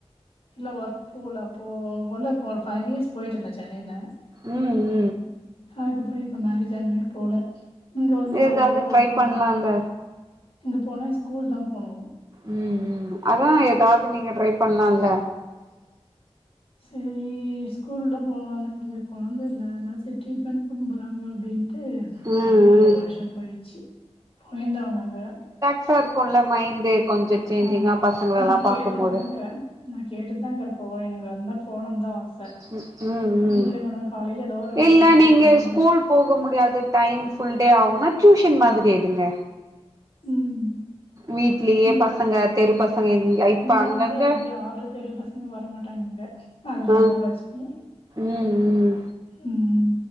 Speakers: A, on the left (about 65°); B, on the right (about 35°).
A: இல்ல ஒர்க் போல அப்போ உள்ள ஒரு ஃபைவ் இயர்ஸ் போயிட்டு இருந்தே சென்னைல
B: உம்
A: அதுக்கப்றோ இப்ப மேரேஜ் அந்தனைக்கு போல இங்க வந்து
B: ஏதாவது
A: அவ்ளோ
B: ட்ரை
A: போனே
B: பண்ணலால்ல
A: இங்க போன ஸ்கூல் தா போனூ
B: உம் ம் அதான் ஏதாவது நீங்க ட்ரை பண்ணலால்ல
A: சேரி இனி ஸ்கூல் தா போலானுருந்தே கொழந்த இல்ல அதனால செரி ட்ரீட்மெண்ட் போகிற்லா அப்டின்ட்டு
B: ம்
A: அப்டியே
B: ம்
A: ஏழு வருஷோ போயிருச்சு கொழந்தாங்கங்க
B: ஃப்ரீயா இருக்குல்ல மைன்டு கொஞ்சோ சேஞ்சிங்கா
A: ஆமா
B: பசங்களலா
A: நா கேட்டுட்தா
B: பாக்கும்போது
A: இருகுறேன் நா கேட்டுட்டுதாங்கறே போ எனக்கு வந்தா போகணும்தா ஆச
B: சிஸ்டர் உம்
A: வீட்ல இருக்கணும் காலையில ஏதோ ஒரு வேலைய
B: இனிமேல்
A: முடிச்சுட்டு
B: நீங்க
A: போயிட்டோம்னா
B: ஸ்கூல் போக முடியாது டைம் ஃபுல் டே ஆகும்னா டியூஷன் மாதிரி எடுங்க
A: உம்
B: வீட்லயே
A: உங்க
B: பசங்க தெரு பசங்க இப்ப
A: இங்க
B: அங்கங்க
A: வந்து அப்டி யாரு பெரிய பசங் ங்க வரமாட்டாங்க‌ அதனாலதா
B: ஆ
A: பிரச்சனையே
B: ம் ம்
A: உம்